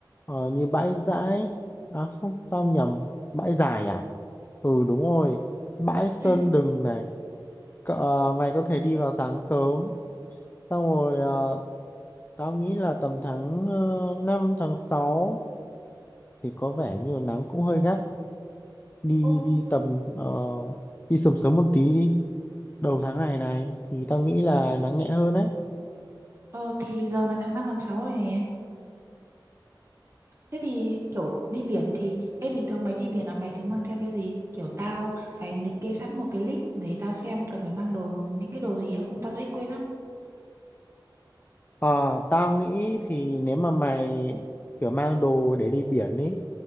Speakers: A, on the left; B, on the right.
A: ờ, như bãi Dãi, à không, tao nhầm, bãi Dài à? Ừ đúng rồi, bãi Sơn
B: <laughs>
A: Đừng này, Cỡ, ờ, mày có thể đi vào sáng sớm, xong rồi ờ, tao nghĩ là tầm tháng uh, 5, tháng 6 thì có vẻ như là nắng cũng hơi gắt, đi
B: Ô,
A: đi tầm ờ, đi sớm sớm một tí đi, đầu tháng này này thì tao nghĩ là nắng nhẹ hơn đấy.
B: ờ, thì giờ là tháng 5 tháng 6 rồi nè. Thế thì kiểu đi biển thì, ê bình thường mày đi biển là mày thường mang theo cái gì? Kiểu tao phải liệt kê sẵn một cái list để tao xem cần phải mang đồ, những cái đồ gì ấy, không tao dễ quên lắm.
A: Ờ, tao nghĩ thì nếu mà mày kiểu mang đồ để đi biển ấy